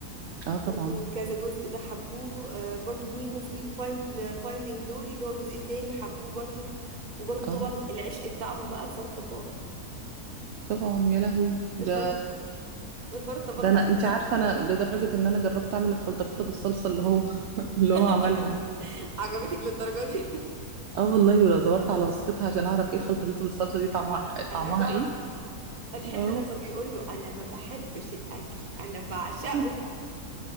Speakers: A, on the right; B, on the right.
A: اه طبعا
B: برضو كذا جزء ده حبوه آه، برضو نيمو في فايند فايندينج دوري اللي هو الجزء التاني حبوه برضو وبرضو طبعا
A: اه
B: العشق بتاعهم بقى الفار الطباخ
A: طبعا يا لهوي ده
B: الفار الفار الطباخ
A: ده
B: ده
A: انا
B: حبوه
A: انتي عارفه انا لدرجه ان انا جربت اعمل الخلطبيطه بالصلصه اللي هو <laughs> اللي
B: <laughs>
A: هو عملها دي
B: عجبتك للدرجه دي
A: اه والله ولا دورت على وصفتها عشان اعرف ايه الخلطبيطه بالصلصه دي طعمها
B: <laughs> انا
A: طعمها
B: عايزه اعرف
A: ايه
B: الحته
A: اه
B: لما بيقول له انا ما بحبش الاكل انا بعشقه
A: <laughs>